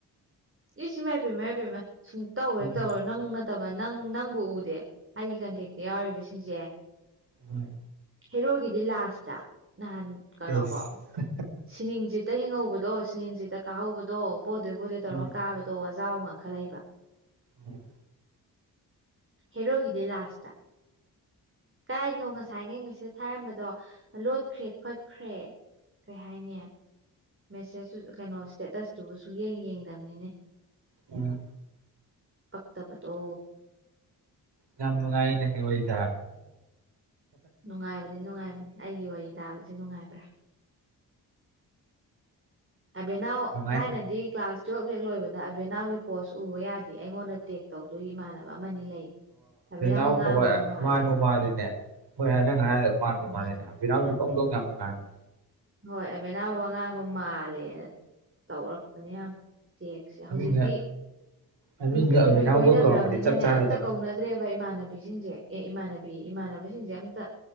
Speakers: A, on the right; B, on the right.
A: ꯏꯁ ꯏꯃꯥꯏ ꯄꯦꯃꯥ ꯄꯦꯃꯥ ꯁꯨꯡꯇꯧ
B: ꯎꯝ
A: ꯇꯧꯔꯣꯏ ꯅꯪ ꯅꯠꯇꯕ ꯅꯪ ꯅꯪꯕꯨ ꯎꯗꯦ ꯑꯩꯒꯤ ꯀꯟꯇꯦꯛꯇ ꯌꯥꯎꯔꯤꯕꯁꯤꯡꯁꯦ
B: ꯎꯝ
A: ꯍꯦꯔꯣꯒꯤꯗꯤ ꯂꯥꯁꯇ ꯅꯍꯥꯟ ꯀꯩꯅꯣ
B: ꯑꯦꯁ
A: ꯀꯣ ꯁꯤꯅꯤꯡꯁꯤꯠ ꯍꯦꯛꯇ ꯍꯤꯡꯍꯧꯕꯗꯣ ꯁꯤꯁꯤꯡꯦꯡꯁꯤꯦꯛꯇ ꯀꯥꯍꯧꯕꯗꯣ ꯄꯣꯠꯇꯣꯏ ꯄꯣꯠꯠꯇꯣꯏ ꯇꯧꯔꯒ
B: ꯎꯝ
A: ꯀꯥꯕꯗꯣ ꯋꯥꯖꯥꯎ ꯑꯃ ꯉꯟꯈꯠꯂꯛꯏꯕ
B: ꯎꯝ <inaudible>
A: ꯍꯦꯔꯣꯒꯤꯗꯤ ꯂꯥꯁꯇ ꯀꯗꯥꯥꯏꯅꯣ ꯉꯁꯤ ꯉꯩ ꯃꯦꯁꯦꯁ ꯊꯔꯝꯕꯗꯣ ꯂꯣꯠꯈ꯭ꯔꯦ ꯈꯣꯠꯈ꯭ꯔꯦ ꯀꯩ ꯍꯥꯏꯅꯤ ꯃꯦꯁꯦꯁ ꯀꯩꯅꯣ ꯁ꯭ꯇꯦꯇꯁꯇꯨꯕꯨ ꯁꯨꯡꯌꯦꯡ ꯌꯦꯡꯗꯝꯕꯅꯤꯅꯦ
B: ꯎꯝ
A: ꯄꯛꯇꯕꯗꯣ
B: ꯌꯥꯝ ꯅꯨꯉꯥꯏ ꯅꯪ ꯋꯥꯔꯤ ꯇꯥꯕꯗ
A: ꯅꯨꯡꯉꯥꯏꯕꯅꯤ ꯅꯨꯡꯉꯥꯏꯕꯅꯤ ꯑꯩꯒꯤ ꯋꯥꯔꯤ ꯇꯥꯕꯁꯦ ꯅꯨꯡꯉꯥꯏꯕ꯭ꯔꯥ ꯑꯕꯦꯟꯅꯥꯎ
B: ꯅꯨꯡꯉꯥꯏ
A: ꯊꯥꯏꯅꯗꯤ ꯀ꯭ꯂꯥꯁ ꯇꯨꯌꯦꯜꯕ ꯍꯦꯛ ꯂꯣꯏꯕꯗ ꯑꯕꯦꯅꯥꯎꯒꯤ ꯄꯣꯁ ꯎꯕ ꯌꯥꯗꯦ ꯑꯩꯉꯣꯟꯗ ꯇꯦꯛ ꯇꯧꯗꯣꯏ ꯏꯃꯥꯟꯅꯕ ꯑꯃꯅꯤ ꯂꯩ ꯑꯕꯦꯅꯥꯎꯅ
B: ꯑꯣ
A: ꯉꯥꯡꯕꯗꯣ
B: <unintelligible>
A: ꯃꯥꯜꯂꯦꯅ
B: ꯃꯥꯕꯨ ꯃꯥꯜꯂꯤꯅꯦ ꯃꯣꯏ ꯅꯪ ꯉꯥꯏ ꯃꯥꯅꯨ
A: ꯎꯝ
B: ꯃꯥꯜꯂꯤꯅꯦ ꯑꯕꯦꯅꯥꯎꯁꯨ ꯗꯣꯡ ꯗꯣꯡ ꯌꯥꯝ ꯉꯥꯡꯏ
A: ꯍꯣꯏ ꯑꯕꯦꯅꯥꯎ ꯋꯥꯉꯥꯡꯗꯣ ꯃꯥꯜꯂꯦꯅ ꯇꯧꯔꯛꯄꯅꯦ ꯌꯥꯝ ꯆꯦꯛꯁꯦ
B: ꯃꯃꯤꯡꯒ
A: ꯍꯧꯖꯤꯛꯇꯤ
B: ꯑꯃꯤꯟꯒ
A: ꯅꯨꯄꯤ ꯅꯨꯄꯤ
B: ꯑꯃꯤꯅꯥꯎꯒ
A: ꯀꯣꯏꯅꯈ꯭ꯔꯕꯅꯤꯅꯅꯦ
B: ꯀꯧꯔꯝꯃꯗꯤ ꯆꯞ ꯆꯥꯒꯗꯕ
A: ꯑꯝꯇ ꯀꯧꯅ ꯐꯗ꯭ꯔꯦꯕ ꯏꯃꯥꯟꯅꯕꯤꯁꯤꯡꯁꯦ ꯑꯦ ꯏꯃꯥꯟꯅꯕꯤ ꯏꯃꯥꯟꯅꯕꯁꯤꯡꯁꯦ ꯑꯝꯇ